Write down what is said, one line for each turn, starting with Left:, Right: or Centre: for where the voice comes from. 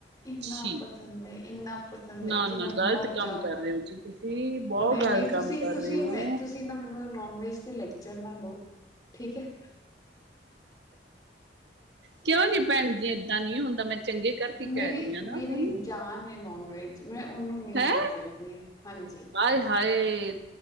Left: ਇਨਾ
Right: ਛੀ
Left: ਪਸੰਦ ਹੈ ਇੰਨਾ ਪਸੰਦ
Right: ਨਾ-ਨਾ
Left: ਹੈ ਕਿ ਮੈਂ
Right: ਗ਼ਲਤ
Left: ਮਰ
Right: ਕੰਮ
Left: ਜਾਵਾਂ।
Right: ਕਰ ਰਹੇ ਹੋ ਜੀ ਤੁਸੀਂ ਬਹੁਤ
Left: ਨਹੀਂ
Right: ਗ਼ਲਤ
Left: ਨਹੀਂ
Right: ਕੰਮ
Left: ਤੁਸੀਂ
Right: ਕਰ
Left: ਤੁਸੀਂ
Right: ਰਹੇ ਹੋ।
Left: ਮੈਂ ਤੁਸੀਂ ਨਾ ਮੈਨੂੰ ਨੋਨ ਵੈਜ ਤੇ ਲੈ, ਲੈਕਚਰ ਨਾ ੋ, ਠੀਕ ਹੈ,
Right: ਕਿਉਂ ਜੀ ਭੈਣ ਜੀ ਏਦਾਂ ਨਹੀਂ ਹੁੰਦਾ ਮੈਂ ਚੰਗੇ ਕਰਕੇ
Left: ਮੇਰੀ
Right: ਕਹਿ ਰਹੀ ਹਾਂ ਨਾ
Left: ਮੇਰੀ
Right: ਤੁਹਾਨੂੰ।
Left: ਜਾਨ ਹੈ ਨੋਨ ਵੈਜ ਮੈਂ ਉਹਨੂੰ ਨਹੀਂ
Right: ਹੈਂ
Left: ਛੱਡ ਸਕਦੀ ਹਾਂਜੀ।
Right: ਹਾਏ-ਹਾਏ